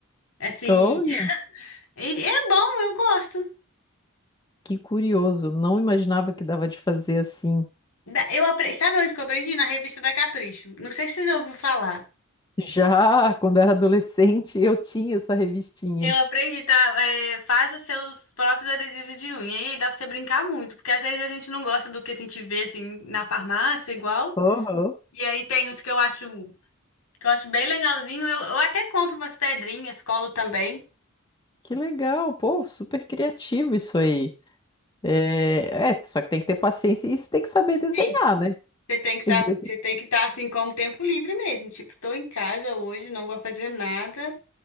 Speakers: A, on the left; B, on the left.
A: Assim,
B: Olha,
A: <laughs> e é bom, eu gosto.
B: que curioso. Não imaginava que dava de fazer assim.
A: Da- Eu aprendi, sabe onde que eu aprendi? Na revista da Capricho. Não sei se você já ouviu falar.
B: Já quando era adolescente, eu tinha essa revistinha.
A: Eu aprendi, tá? É, faça seus próprios adesivos de unha. E aí dá pra você brincar muito, porque às vezes a gente não gosta do que a gente vê assim na farmácia, igual.
B: Aham.
A: E aí tem os que eu acho que eu acho bem legalzinho. Eu, eu até compro umas pedrinhas, colo também.
B: Que legal, pô, super criativo isso aí. É, é, só que tem que ter paciência e você tem que saber
A: Sim.
B: desenhar, né?
A: Você tem que estar,
B: <laughs>
A: você tem que estar assim com o tempo livre mesmo. Tipo, tô em casa hoje, não vou fazer nada.